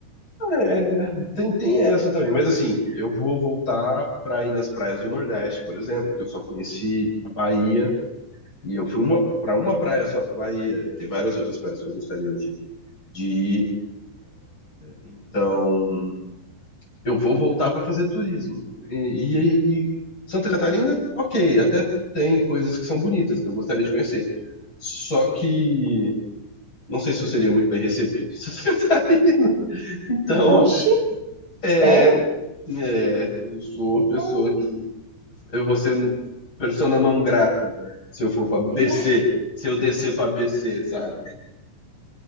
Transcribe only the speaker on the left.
É, tem, tem essa também, mas assim, eu vou voltar para ir nas praias do Nordeste, por exemplo, que eu só conheci a Bahia, e eu fui uma, para uma praia só da Bahia, tem várias outras praias que eu gostaria de, de ir, então eu vou voltar para fazer turismo. E, e- e Santa Catarina, ok, até tem coisas que são bonitas, que eu gostaria de conhecer, só que não sei se eu seria muito bem recebido em Santa Catarina, <laughs> então,
é.
É, eu sou uma pessoa
que eu vou ser persona não grata se eu for pra BC,
se eu descer pra BC, sabe?